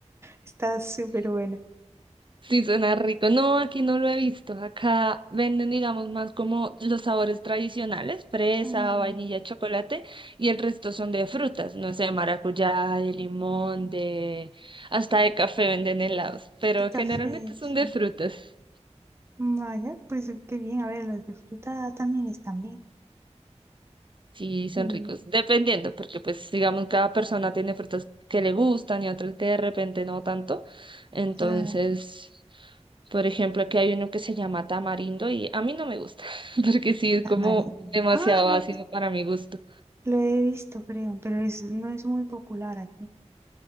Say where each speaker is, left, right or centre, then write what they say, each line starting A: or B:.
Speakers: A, on the right; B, on the right.
A: Está súper bueno.
B: Sí, suena rico. No, aquí no lo he visto. Acá venden, digamos, más como los sabores tradicionales, fresa,
A: Mm,
B: vainilla, chocolate, y el resto son de frutas, no sé, maracuyá, de limón, de... hasta de café venden helados, pero
A: y café,
B: generalmente son
A: sí.
B: de frutas.
A: Vaya, pues qué bien. A ver, los de fruta también están bien.
B: Sí, son
A: Mm,
B: ricos, dependiendo, porque pues digamos, cada persona tiene frutas que le gustan y otras que de repente no tanto. Entonces...
A: claro.
B: Por ejemplo, aquí hay uno que se llama tamarindo y a mí no me gusta, <laughs> porque sí es
A: Tamarindo.
B: como demasiado
A: Ah, lo,
B: ácido para mi gusto.
A: lo he visto, creo, pero es, no es muy popular aquí.